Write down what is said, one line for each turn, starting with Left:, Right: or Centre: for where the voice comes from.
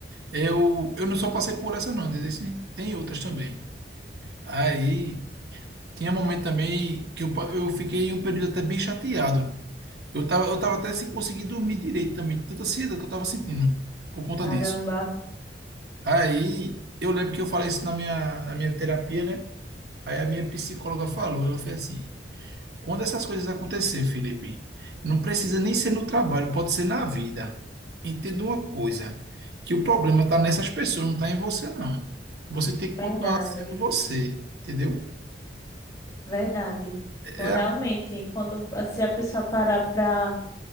Right: eu, eu não só passei por essa, não, dizer assim, tem outras também. Aí, tinha momento também que eu, pa- eu fiquei um período até bem chateado. Eu tava, eu tava até sem conseguir dormir direito também, de tanta ansiedade que eu tava sentindo por conta
Left: Caramba,
Right: disso. Aí, eu lembro que eu falei isso na minha, na minha terapia, né? Aí a minha psicóloga falou, ela fez assim, Quando essas coisas acontecer, Felipe, não precisa nem ser no trabalho, pode ser na vida. Entenda uma coisa, que o problema está nessas pessoas, não está em você, não. Você tem que
Left: verdade,
Right: continuar sendo você, entendeu?
Left: verdade.
Right: É,
Left: Pô, Realmente, quando se a pessoa parar pra,